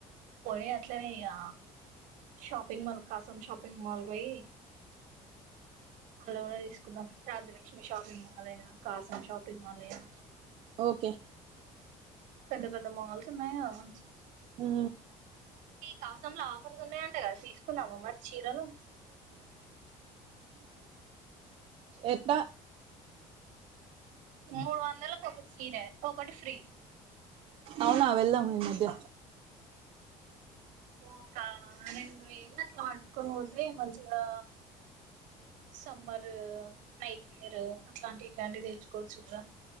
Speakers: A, on the right; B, on the right.
A: పోయి అట్లనే ఇగ, షాపింగ్ మాల్ కాసం షాపింగ్ మాల్ గొయి అల్లకూడా తీసుకుందాం రాజ్యలక్ష్మి షాపింగ్ మా మాలైనా కాసం షాపింగ్ మాల్ ఐన
B: ఓకే
A: పెద్ద పెద్ద మాల్స్ ఉన్నాయా మంచి
B: ఉ
A: కాసంలా ఆఫర్స్ ఉన్నాయంట గ సీసుకున్నామ, మరి చీరలు
B: ఎంత్త
A: మూడు వందలకు ఒక చీరే ఒకటి ఫ్రీ
B: అవునా వెళ్దాం ఈ మధ్య
A: ఓకాణ నేన్ వెయ్ ల ట్ల ఆట్కొని పోతే మంచిగా, సమ్మర్ నైట్ వేర్ అట్లాంటి ఇట్లాంటి తెచ్చుకోవచ్చు కదా.